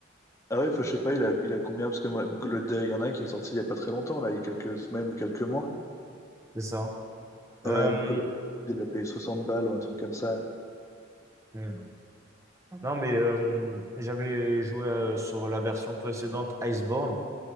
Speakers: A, on the left; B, on the right.
A: Ah ouais, enfin, je sais pas, il a, il a combien, parce que moi, mon coloc- il y en a un qui est sorti il y a pas très longtemps, là, il y a quelques semaines ou quelques mois.
B: C'est ça. Euh,
A: Ouais, mon coloc, il a payé 60 balles ou un truc comme ça.
B: hmm. non, mais euh, j'avais joué euh, sur la version précédente Iceborne,